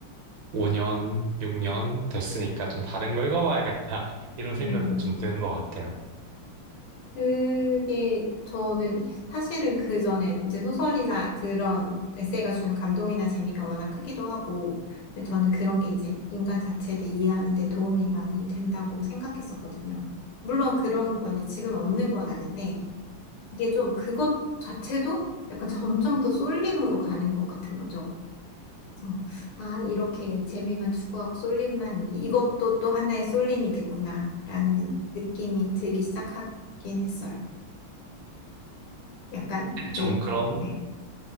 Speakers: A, on the right; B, on the left.
A: 5년, 6년 됐으니까 좀 다른 거 읽어봐야겠다. 이런 생각도
B: 음.
A: 좀 드는 것 같아요.
B: 그게 저는 사실은 그 전에 이제 소설이나 그런 에세이가 주는 감동이나 재미가 워낙 크기도 하고 근데 저는 그런 게 이제 인간 자체에 대해 이해하는 데 도움이 많이 된다고 생각했었거든요. 물론 그런 면이 지금 없는 건 아닌데 그게 좀 그것 자체도 약간 점점 더 쏠림으로 가는 것 같은 거죠. 그래서 아, 이렇게 재미만 추구하고 쏠림만 이것도 또 하나의 쏠림이겠구나라는 느낌이 들기 시작하긴 했어요. 약간,
A: 확실히 좀
B: 네.
A: 그런,
B: 네.